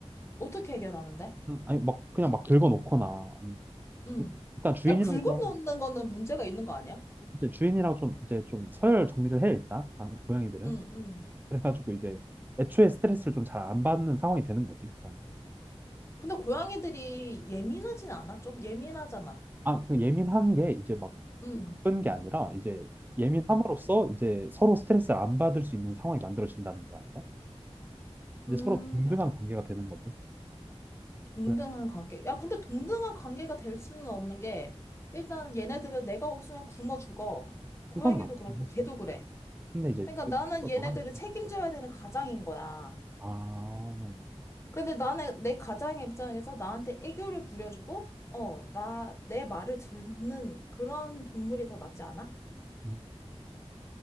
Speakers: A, on the left; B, on the right.
A: 어떻게 해결하는데?
B: 응, 아니 막 그냥 막 들고 놓거나 아니면
A: 음.
B: 좀- 일단 주인이랑
A: 야, 긁어놓는
B: 좀
A: 거는 문제가 있는 거 아니야?
B: 이제 주인이랑 좀 이제 좀 서열 정리를 해 일단 아, 고양이들은
A: 응응.
B: 그래가지고 이제 애초에 스트레스를 좀 잘 안 받는 상황이 되는 거지 고양이들
A: 근데 고양이들이 예민하진 않아? 좀 예민하잖아.
B: 아그 예민한 게 이제 막
A: 응응.
B: 나쁜 게 아니라 이제 예민함으로써 이제 서로 스트레스를 안 받을 수 있는 상황이 만들어진다는 거야 이제
A: 음,
B: 서로 동등한 관계가 되는 거지
A: 동등한
B: 고양
A: 관계. 야, 근데 동등한 관계가 될 수는 없는 게, 일단 얘네들은 내가 없으면 굶어 죽어. 고양이도
B: 그건 맞긴
A: 그렇고,
B: 하지
A: 걔도 그래.
B: 근데 이제
A: 그러니까
B: 그
A: 나는 얘네들을
B: 너랑
A: 책임져야 되는 가장인 거야.
B: 아
A: 근데 나는 내 가장 입장에서 나한테 애교를 부려주고, 어, 나, 내 말을 듣는 그런 동물이 더 낫지 않아?
B: 음.